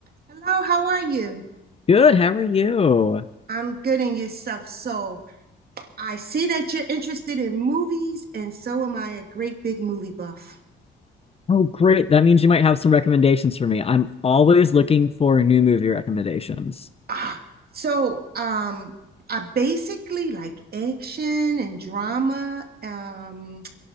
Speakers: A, on the right; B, on the left.
A: Hello, how are you?
B: Good, how are you?
A: I'm good in yourself. So I see that you're interested in movies, and so am I, a great big movie buff.
B: Oh, great. That means you might have some recommendations for me. I'm always looking for new movie recommendations.
A: Ah, so um, I basically like action and drama, um,